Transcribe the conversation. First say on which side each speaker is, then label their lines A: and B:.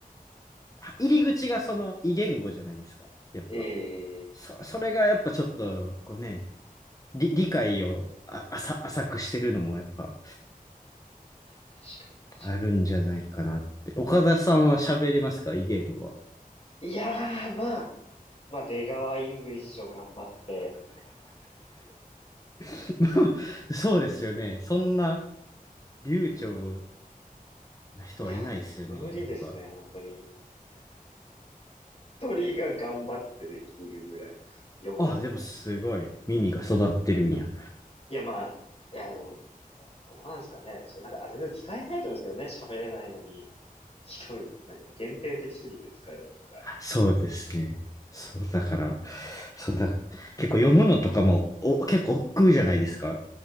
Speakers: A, on the left; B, on the left.
A: 入り口がその異言語じゃないですか。やっぱ。
B: ええ
A: そ、それがやっぱちょっと、こうね、理、理解をあ、浅、浅くしてるのもやっぱ
B: 確かに確か
A: あるんじゃないかなって。岡田さんは喋れますか異言語は。
B: に。いやー、まあ、まあ、出川イングリッシュを頑張って。
A: <laughs> そうですよね。そんな流暢な人はいないですよね。
B: いや、無理ですね、
A: やっぱ。
B: 本当に。なんか、一人が頑張ってできるぐらいか、読むとか。
A: あ、でもすごい耳が育ってるんや。
B: いや、まあ、いや、でも、どうなんですかね。それなんか、あ全然使えないと思うんですけどね。喋れないのに、一人ってなんか限定的すぎて使える場所が。
A: そうですね。そう、だから、そうだ、結構読むのとかも、お、結構億劫じゃないですか。